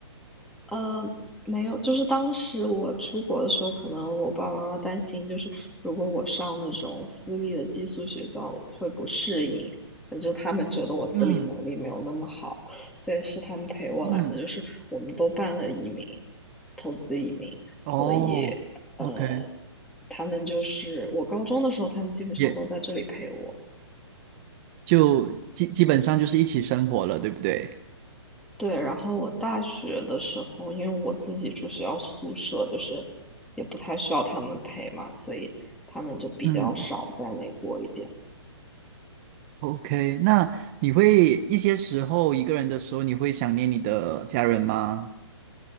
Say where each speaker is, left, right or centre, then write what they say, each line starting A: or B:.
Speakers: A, in the centre; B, on the right.
A: 呃，没有，就是当时我出国的时候，可能我爸爸妈妈担心，就是如果我上那种私立的寄宿学校会不适应，呃就他们觉得我自理能力没有那么好，
B: 嗯
A: 所以是他们陪我来的，
B: 嗯，
A: 就是我们都办了移民，投资移民，所以
B: 哦，OK，
A: 呃，他们就是我高中的时候，他们基本上都在这里陪我，
B: 也就基基本上就是一起生活了，对不对？
A: 对，然后我大学的时候，因为我自己住学校宿舍，就是也不太需要他们陪嘛，所以他们就比较少在美国一点。
B: 嗯。OK，那你会一些时候一个人的时候，你会想念你的家人吗？